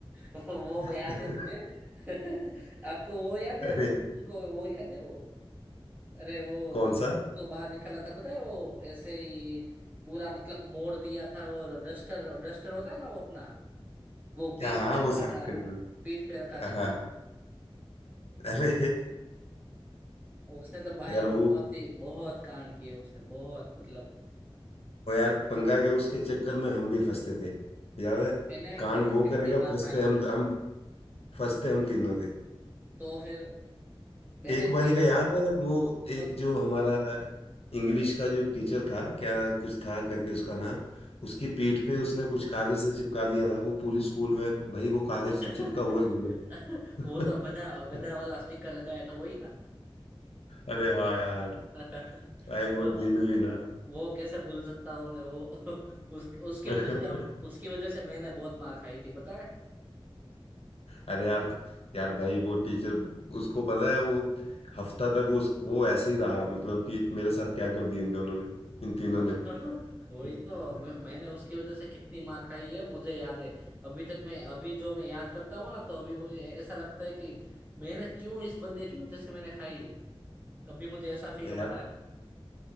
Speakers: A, on the right (about 15°); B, on the left (about 90°).
A: वो
B: <laughs>
A: याद है मुझे <laughs> आपको वो याद है
B: अरे
A: उनको
B: यार,
A: वो याद है वो अरे वो
B: कौन सा
A: तो बाहर निकला था पता है वो ऐसे ही पूरा मतलब मोड़ दिया था और डस्टर डस्टर होता है ना वो अपना वो पीठ
B: हाँ हाँ,
A: पे
B: वो
A: रखा
B: साफ
A: था
B: करने वाला
A: पीठ पे रखा था
B: हाँ अरे
A: उसने तो भाई
B: <laughs> यार
A: बहुत
B: वो
A: ही बहुत कांड किए उसने बहुत मतलब
B: वो यार पंगा क्या उसके चक्कर में हम भी फंसते थे याद है
A: मैंने
B: कांड
A: मैंने कितनी
B: वो करेगा
A: मार
B: फंसते
A: खाई
B: हम
A: है
B: हम फंसते हम तीनों थे
A: तो फिर मैंने
B: एक
A: कि-
B: बारी का याद है वो
A: कौन
B: एक जो हमारा इंग्लिश का जो एक टीचर था क्या कुछ था करके उसका नाम उसकी पीठ पे उसने कुछ कागज से चिपका दिया था वो पूरी स्कूल में भाई वो कागज
A: <laughs>
B: चिपका हुआ ही घूम रहा
A: वो तो
B: था।
A: गधा गधा
B: <laughs>
A: वाला स्टिकर लगाया था वही ना
B: अरे हाँ यार
A: <laughs>
B: भाई वो
A: वो तो
B: दिन भी ना
A: वो कैसे भूल सकता हूँ मैं वो <laughs> उस, उसकी
B: <laughs>
A: वजह से उसकी वजह से मैंने बहुत मार खाई थी पता है
B: अरे यार तो, यार भाई वो टीचर उसको पता है वो हफ्ता तक उस वो ऐसे ही रहा मतलब कि मेरे साथ क्या कर दिया इन दोनों ने इन तीनों
A: वो-
B: ने
A: <laughs> वही
B: <laughs>
A: तो मैं, मैंने उसकी वजह से कितनी मार खाई है मुझे याद है अभी तक मैं अभी जो मैं याद करता हूँ ना तो अभी मुझे ऐ- ऐसा लगता है कि मैंने क्यों इस बंदे की वजह से मैंने खाई अभी मुझे ऐसा फील
B: यार
A: हो रहा है